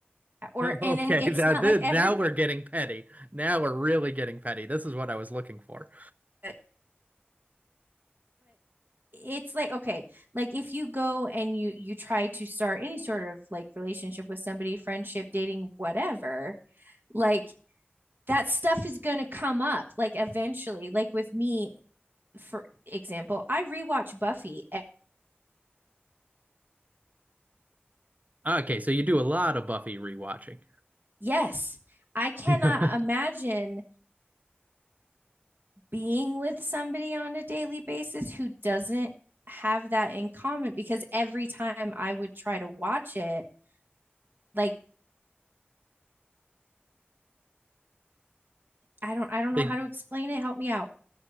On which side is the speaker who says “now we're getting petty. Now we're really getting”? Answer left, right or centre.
Right